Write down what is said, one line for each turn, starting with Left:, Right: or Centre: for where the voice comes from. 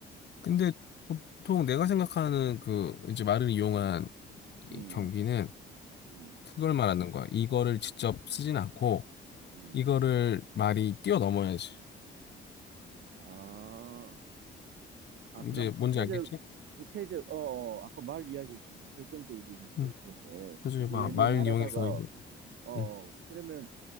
Left: 근데 보통 내가 생각하는 그 이제
Right: 어,
Left: 말을 이용한 이
Right: 음,
Left: 경기는
Right: 음,
Left: 그걸 말하는 거야. 이거를 직접 쓰진 않고
Right: 음.
Left: 이거를 말이 뛰어넘어야지.
Right: 아, 아 그럼
Left: 이제 뭔지
Right: 구체적
Left: 알겠지?
Right: 구체적 어, 어 아까 말 이야기했잖아. 결정적인 저
Left: 응.
Right: 좋네.
Left: 그래서
Right: 우연히
Left: 막 말
Right: 말하다가
Left: 이용해서 이제
Right: 어, 어
Left: 응.
Right: 그러면